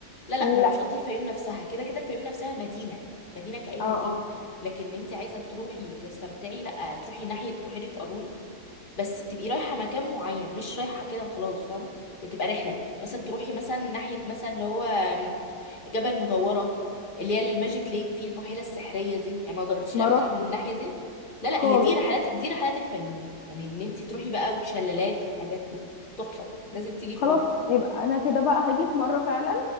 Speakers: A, on the left; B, on the left.
A: لا لا
B: لا
A: ما انا مش قصدي الفيوم نفسها كده كده الفيوم نفسها مدينه يعني مدينه كأي
B: اه
A: مدينه
B: اه
A: لكن انت عايزه تروحي تستمتعي لا تروحي ناحيه بحيره قارون بس تبقي رايحه مكان معين مش رايحه كده خلاص فاهمه يعني تبقى رحله مثلا تروحي مثلا ناحيه مثلا اللي هو جبل مدوره اللي هي الماجيك ليك في البحيره السحريه دي يعني ما جربتيش
B: ما
A: الاماكن
B: روحتش
A: الناحيه دي لا لا
B: خالص
A: هي دي رحلات دي رحلات الفيوم يعني ان انت تروحي بقى وتشلالات والحاجات دي تحفه لازم تيجي
B: خلاص
A: في مره
B: يبقى انا كده بقى هاجي في مره فعلا